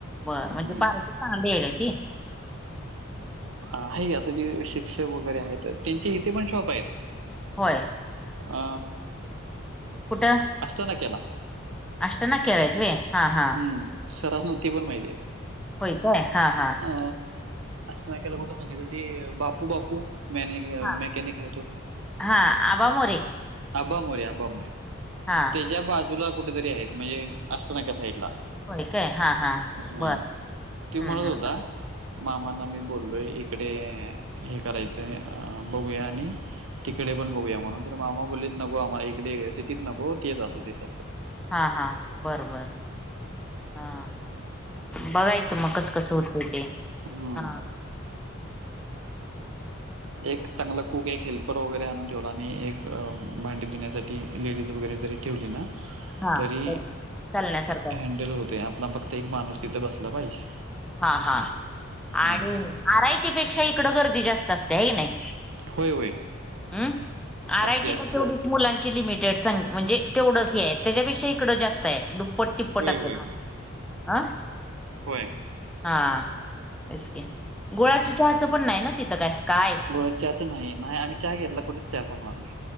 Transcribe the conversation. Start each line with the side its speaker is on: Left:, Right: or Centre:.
Centre: बरं,
Right: हं
Centre: म्हणजे पार्टी चांगली काय ती?
Right: हाय की आता ज शिक्षक वगैरे आहेत. त्यांचे इथे पण शॉप आहेत.
Centre: होय.
Right: अ
Centre: कुठं?
Right: आष्टा नाक्याला
Centre: आष्टा नाक्यावर हायत व्ह्य, हां हां
Right: हम्म सरांना ते पण माहितीयं.
Centre: होय काय? हा हा
Right: अ नाक्याला कुठंय माहितीय? क ते बापू बापू. म
Centre: हा
Right: मेकॅनिक हाय तो
Centre: हा आबा मोरे
Right: आबा मोरे आबा मोरे.
Centre: हा.
Right: त्याच्या बाजूला कुठेतरी आहेत. म्हणजे आष्टा नाका साईडला.
Centre: होय काय हा
Right: हा
Centre: बर
Right: ते म्हणत
Centre: हम्म हम्म
Right: होता. मामाना मी बोललोय इकडे हे करायचंय बघूया आणि तिकडे पण बघूया म्हणून. तर मामा बोलीत नको आम्हाला इकडे सिटीत नको तेच असू दे तसं.
Centre: हा हा बरोबर हा बघायच मग कस कसं होत ते हा.
Right: हम्म एक चांगला कूक एक हेल्पर वगैरे आणून ठेवला आणि एक भांडी धुण्यासाठी. लेडीज वगैरे जरी ठेवली ना
Centre: हा
Right: तरी
Centre: तर चालण्यासारखं
Right: हँडल होते आपला फक्त. एक माणूस तिथं बसला पाहिजे.
Centre: हा हा
Right: हम्म
Centre: आणि आरआयटी पेक्षा इकड गर्दी जास्त असते ह की नाही.
Right: होय होय
Centre: हम्म आरायटी
Right: असते असते
Centre: ना तेवढीच. मुलांची लिमिटेड म्हणजे तेवढंच आहे त्याच्यापेक्षा इकडं जास्त आहे. पोट टिपपोट
Right: होय
Centre: असल
Right: होय होय
Centre: हं.
Right: होय.
Centre: हा बसक गुळाची चहाचं पण नाही ना तिथं काय काय.
Right: गुळा चाच नाही आम्ही चहा घेतला कुठेच चहा चांगला नाही.